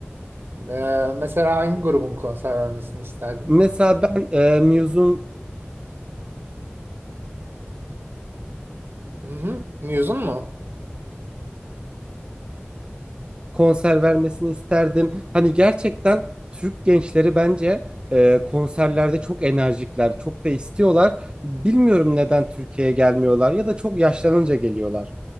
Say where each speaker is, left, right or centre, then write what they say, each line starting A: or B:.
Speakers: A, on the right (about 55°); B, on the right (about 25°).
A: E, mesela hangi grubun konser vermesini isterdin?
B: Mesela ben e, Muse'un
A: Hı hı. Muse'un mu?
B: konser vermesini isterdim. Hani gerçekten Türk gençleri bence e, konserlerde çok enerjikler, çok da istiyorlar. Bilmiyorum neden Türkiye'ye gelmiyorlar ya da çok yaşlanınca geliyorlar.